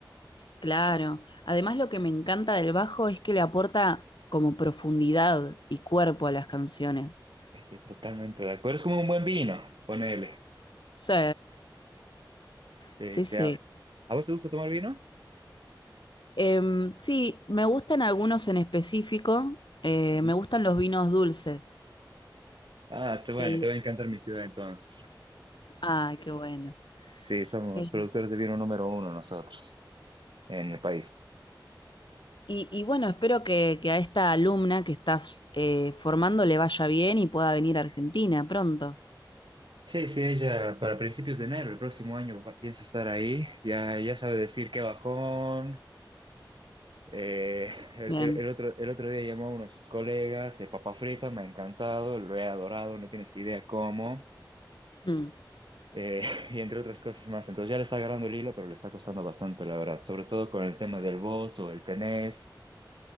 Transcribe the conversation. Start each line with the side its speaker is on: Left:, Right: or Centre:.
Left: Claro. Además, lo que me encanta del bajo es que le aporta como profundidad y cuerpo a las canciones.
Right: Estoy totalmente de acuerdo, es como un buen vino, ponele.
Left: Sí,
Right: Sí,
Left: sí,
Right: sí,
Left: sí.
Right: ¿a, a vos te gusta tomar vino?
Left: Em, sí, me gustan algunos en específico. Eh,
Right: Ujú.
Left: me gustan los vinos dulces.
Right: Ah, te, bueno,
Left: Eh,
Right: te va a encantar mi ciudad entonces.
Left: ay, qué bueno.
Right: Sí, somos
Left: Em,
Right: productores de vino número uno nosotros en el país.
Left: y, y bueno, espero que, que a esta alumna que estás eh, formando le vaya bien y pueda venir a Argentina pronto.
Right: Sí, sí, ella para principios de enero, el próximo año va- piensa estar ahí. Ya, ya sabe decir qué bajón. Eh, el,
Left: Bien.
Right: el- el otro, el otro día llamó a uno de sus colegas, eh, papa frita, me ha encantado, lo he adorado, no tienes idea cómo.
Left: Mm.
Right: eh, <laughs> y entre otras cosas más. Entonces ya le está agarrando el hilo, pero le está costando bastante, la verdad. Sobre todo con el tema del vos o el tenés,